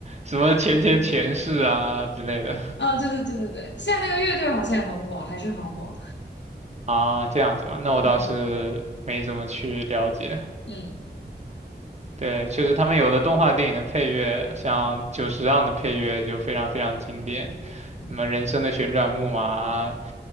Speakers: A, on the right; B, on the left.
A: 什么前前前世啊之类的
B: <laughs> 啊，对对对对对，现在那个乐队好像也很火，还是很火。
A: 啊，这样子嘛，那我倒是没怎么去了解。
B: 嗯嗯
A: 对，确实，他们有的动画电影的配乐，像久石让的配乐就非常非常经典，
B: 嗯
A: 什么《人生的旋转木马》啊，